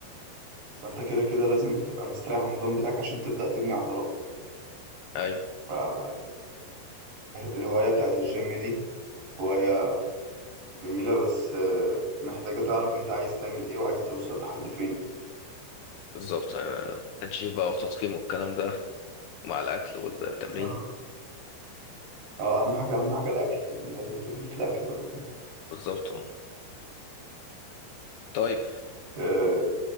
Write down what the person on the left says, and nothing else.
ايوه
بالظبط أيوة. تنشيف بقى وتضخيم والكلام ده مع الاكل والتمرين
بالظبط اه طيب